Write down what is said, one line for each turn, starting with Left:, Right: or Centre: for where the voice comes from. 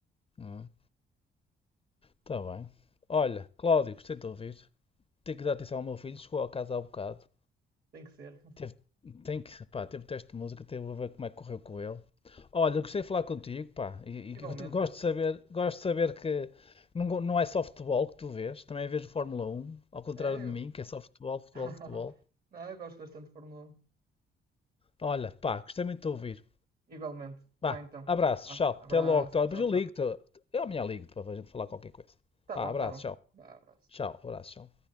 Left: Hum. Tá bem. Olha, Cláudio, gostei de te ouvir. Tenho que dar atenção ao meu filho, chegou a casa há um bocado.
Right: Tem que ser.
Left: Teve, tem que, pá, teve teste de música, teve a ver como é que correu com ele. Olha, eu gostei de falar contigo,
Right: <laughs>
Left: pá, e,
Right: Igualmente,
Left: e gosto
Right: Pedro.
Left: de saber, gosto de saber que não, go- não é só futebol que tu vês, também vês Fórmula um ao contrário
Right: É,
Left: de
Right: eu.
Left: mim, que é só futebol, futebol,
Right: <laughs>
Left: futebol.
Right: Não, eu gosto bastante de Fórmula 1.
Left: Olha, pá, gostei muito de te ouvir.
Right: Igualmente.
Left: Vá,
Right: Vai então.
Left: abraço,
Right: Vá,
Left: tchau,
Right: abraço.
Left: até logo, tchau.
Right: Tchau,
Left: Depois eu
Right: tchau.
Left: ligo-te, eu amanhã ligo-te para a gente falar qualquer coisa.
Right: Tá
Left: Vá,
Right: bom,
Left: abraço,
Right: tá bom.
Left: tchau,
Right: Vá, abraço.
Left: tchau, abraço, tchau.